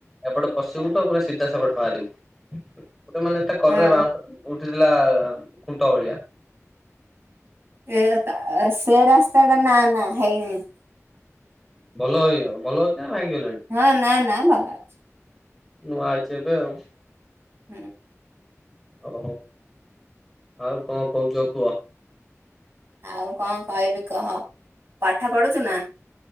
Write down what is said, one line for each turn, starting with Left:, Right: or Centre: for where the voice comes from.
Centre: ଏପଟେ ପଶିବୁ ତ ପୁରା ସିଧା ସେପଟ ବାହାରିବୁ ଗୋଟେ ମାନେ ତା କରରେ
Right: ହଁ
Centre: ବାଉଁ ଉଠିଥିଲା ଖୁଣ୍ଟ ଭଳିଆ।
Right: ଏ ସେରାସ୍ତାଟା ନା ନା ହେଇନି।
Centre: ଭଲ ହେଇ ଭଲ ଅଛି ନା ଭାଙ୍ଗିଗଲାଣି?
Right: ହଁ ନା ନା ଭଲ ଅଛି।
Centre: ନୂଆ ହେଇଚି ଏବେ ଆଉ।
Right: <inaudible>
Centre: ଓହୋ ଆଉ କଣ କହୁଚ କୁହ?
Right: ଆଉ କଣ କହିବି କହ ପାଠ ପଢୁଛୁ ନା?